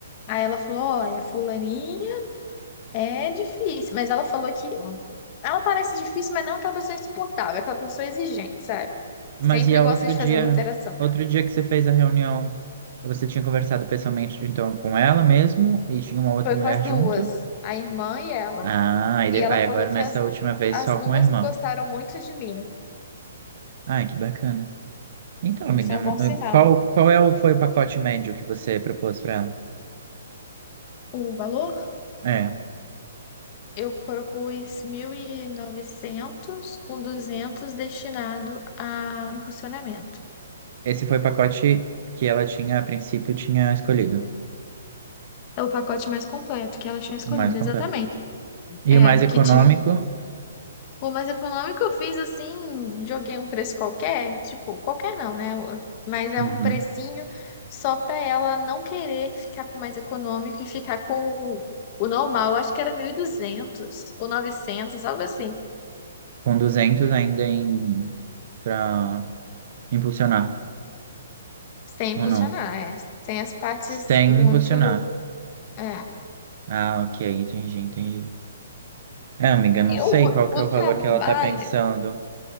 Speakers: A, on the left (about 25°); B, on the right (about 40°).
A: Aí ela falou: olha, fulaninha é difícil. Mas ela falou que ela parece difícil, mas não aquela pessoa insuportável, aquela pessoa exigente, sabe?
B: Mas
A: Sempre
B: e a
A: gosta
B: outro
A: de
B: dia,
A: fazer uma alteração.
B: outro dia que você fez a reunião, você tinha conversado pessoalmente então com ela mesmo e tinha uma outra
A: Foi
B: mulher
A: com as duas,
B: junto?
A: a irmã e ela.
B: Ah, e
A: E
B: de-
A: ela
B: aí
A: falou
B: agora
A: que
B: nessa
A: as,
B: última vez
A: as
B: só
A: duas
B: com a irmã.
A: gostaram muito de mim.
B: Ai, que bacana. Então, amiga,
A: Isso é um
B: mo-
A: bom sinal.
B: eh, qual qual é o foi o pacote médio que você propôs para ela?
A: O valor?
B: É,
A: Eu propus 1.900 com 200 destinado a impulsionamento.
B: esse foi o pacote que ela tinha a princípio tinha escolhido,
A: É o pacote mais completo que elas tinham escolhido,
B: o mais completo.
A: exatamente.
B: E
A: É,
B: o mais
A: que
B: econômico,
A: tinha O mais econômico eu fiz assim, joguei um preço qualquer, tipo, qualquer não, né? Mas é
B: Uhum.
A: um precinho só pra ela não querer ficar com o mais econômico e ficar com o, o normal. Eu acho que era 1.200 ou novecentos algo assim.
B: com 200 ainda em para impulsionar
A: Sem impulsionar,
B: ou não?
A: é. Sem as partes
B: Sem
A: muito.
B: impulsionar.
A: É.
B: Ah, ok, entendi, entendi. É, amiga, não
A: Eu,
B: sei qual
A: o,
B: que é
A: o
B: o
A: trabalho.
B: valor que ela tá pensando.